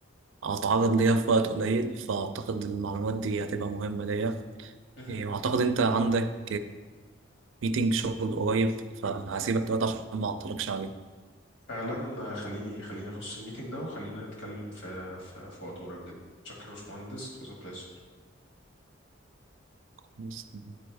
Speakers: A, on the right; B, on the left.
A: هتعرض ليها في وقت قليل فأعتقد المعلومات دي هتبقى مهمة ليا
B: فاهم
A: إيه، وأعتقد أنت عندك ميتينج شغل قريب فهسيبك دلوقتي عشان ما أعطلكش
B: فعلا خليني خليني اخش الميتنج ده وخلينا نتكلم في في, في وقت قريب جدا شكرا يا باشمهندس it was a pleasure
A: عليه